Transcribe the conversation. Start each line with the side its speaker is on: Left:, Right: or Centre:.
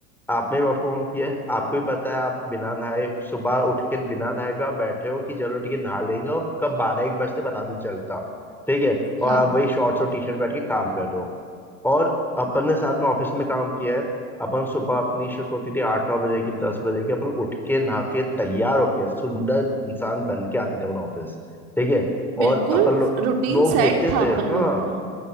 Centre: आपने वर्क फ्रॉम होम किया है आपको ही पता है आप बिना नहाए सुबह उठ के बिना नहाए भी आप बैठे हो कि चलो ठीक है नहा लेंगे और कब बारह एक बजते पता भी नहीं चलता ठीक है और
Right: हाँ
Centre: आप वही शॉर्ट्स और टी शर्ट में बैठ के काम कर रहे हो और अपन ने साथ में ऑफिस में काम किया है अपन सुबह अपनी शिफ्ट होती थी आठ नौ बजे की दस बजे की अपन उठ के नहा के तैयार होके सुंदर इंसान बन के आते थे अपन ऑफिस ठीक है
Right: बिल्कुल
Centre: और अपन लो,
Right: रूटीन
Centre: लोग
Right: सेट
Centre: देखते
Right: था
Centre: थे
Right: अपन
Centre: हाँ
Right: लोगों का